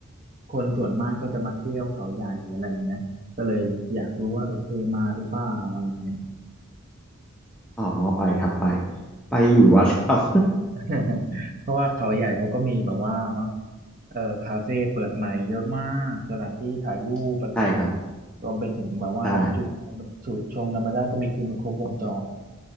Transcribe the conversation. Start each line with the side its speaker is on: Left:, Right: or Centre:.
Right: คนส่วนมากก็จะมาเที่ยวเขาใหญ่อะไรเงี้ยก็เลยอยากรู้ว่าเออเคยมาหรือเปล่าอะไรเงี้ย
Centre: อ๋อไปครับไปไปอยู่วัดครับ
Right: <laughs> เพราะว่าเขาใหญ่เขาก็มีแบบว่าเนาะเออคาเฟ่เปิดใหม่เยอะมากสถานที่ถ่ายรูปอะไรอย่างเงี้ย
Centre: <laughs> ใช่ครับ
Right: รวมไปถึงแบบว่าจุด
Centre: ใช่
Right: จุดชมธรรมชาติก็มีคือมันครบวงจร